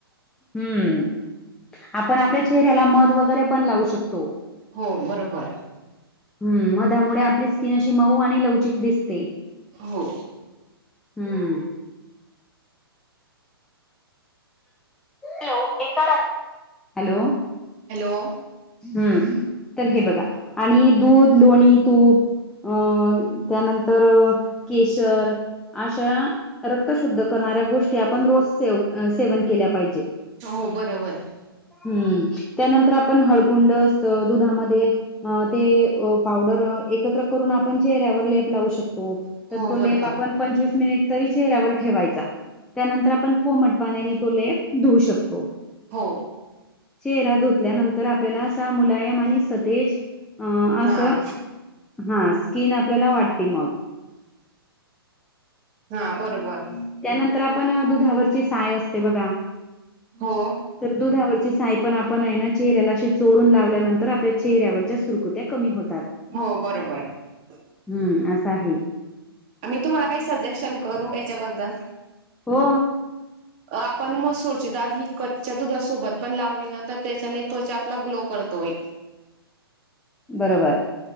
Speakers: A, in the centre; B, on the right.
A: हम्म आपण आपल्या चेहऱ्याला मध वगैरे पण लावू शकतो
B: हो बरोबर.
A: हम् म मधामुळे आपली स्किन अशी मऊ आणि लवचिक दिसते.
B: हो
A: हम्म हॅलो एका रात्री हॅलो
B: हॅलो
A: हम् तर हे बघा आणि दूध लोणी तूप अ त्यानंतर केशर अशा रक्तशुद्ध करणाऱ्या गोष्टी आपण रोज सेव सेवन केल्या पाहिजे.
B: हो बरोबर
A: हम्म त्यानंतर आपण हळकुंड असतं दुधामध्ये अ ते पावडर एकत्र करून आपण चेहऱ्यावर लेप लावू शकतो. तर
B: हो
A: तो लेप
B: बरोबर
A: आपण पंचवीस मिनिट तरी चेहऱ्यावर ठेवायचा. त्यानंतर आपण कोमट पाण्याने तो लेप धुऊ शकतो.
B: हो
A: चेहरा धुतल्यानंतर आपल्याला असा मुलायम आणि सतेज. अ असं
B: हा
A: हा स्किन आपल्याला वाटते मग
B: हा बरोबर.
A: त्यानंतर आपण दुधावरची साय असते बघा
B: हो
A: तर दुधावरची साय पण आपण आहे ना चेहऱ्याला चोडून लावल्यानंतर आपल्या चेहऱ्यावरच्या सुरकुत्या कमी होतात.
B: हो बरोबर आहे
A: हम्म असं आहे
B: मी तुम्हाला काही सजेक्शन करू याच्याबद्दल
A: हो
B: अ आपण मसूरची दाद ही कच्च्या दुधासोबत पण लावली ना तर त्याच्याने त्वचा आपला ग्लो करतोय.
A: बरोबर